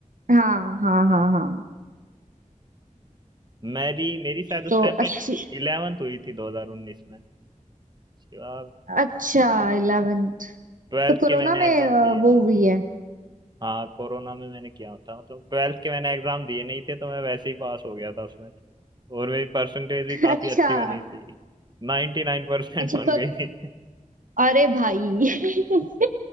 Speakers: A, on the right; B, on the right.
A: हाँ हाँ हाँ हाँ
B: मेरी मेरी शायद उस
A: तो
B: टाइम
A: अच्छी
B: पे इलेवेंथ हुई थी 2019 में उसके बाद
A: अच्छा 11th
B: ट्वेल्थ
A: तो कोरोना
B: के मैंने
A: में
B: एग्जाम
A: अ,
B: दिए
A: वो हुई है
B: हाँ कोरोना में मैंने किया था मतलब ट्वेल्थ के मैंने एग्जाम दिए नहीं थे तो मैं वैसे ही पास हो गया था उसमें और मेरी परसेंटेज भी काफी
A: अच्छा
B: अच्छी बनी थी 99%
A: अच्छा
B: बन
A: कर
B: गई थी
A: अरे भाई <laughs>